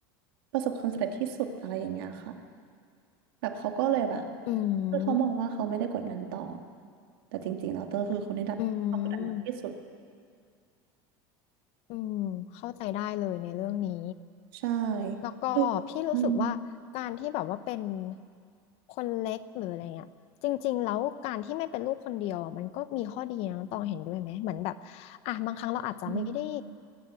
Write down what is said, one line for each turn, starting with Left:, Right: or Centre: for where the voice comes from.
Right: ประสบความสำเร็จที่สุดอะไรอย่างเงี้ยค่ะ แบบเขาก็เลยแบบ
Left: อื
Right: คือเขามองว่าเขาไม่ได้กดดันต่อ
Left: ม
Right: แต่จริงๆแล้วเตอร์คือคนที่รับความกดดันมากที่สุด
Left: อืมอืมเข้าใจได้เลยในเรื่องนี้
Right: ใช่
Left: แล้วก็พี่รู้สึกว่าการที่แบบว่าเป็น
Right: คืออืม
Left: คนเล็กหรืออะไรเงี้ยจริงๆแล้วการที่ไม่เป็นลูกคนเดียวอะมันก็มีข้อดีนะน้องตองเห็นด้วยไหม เหมือนแบบอ่ะบางครั้งเราอาจจะไม่ได้
Right: อืม